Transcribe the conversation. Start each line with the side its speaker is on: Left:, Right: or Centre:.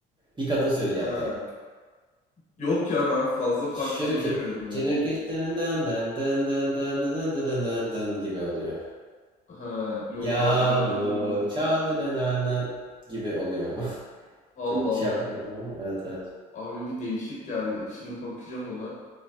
Right: Bir kadın söylüyor
Left: Ha.
Right: hatta.
Left: Yok ya ben fazla
Right: Şöyle
Left: punk dinlemiyorum
Right: bir şey.
Left: ya.
Right: Çınırkıştırından gibi oluyor.
Left: Ha, yok
Right: Yağmur
Left: abi daha önce duymadım.
Right: çaldı nanana gibi oluyor. <laughs>
Left: Allah
Right: Çok
Left: Allah.
Right: şey yapamadım ama evet evet.
Left: Abi bir değişik geldi. Şimdi bakacağım ona.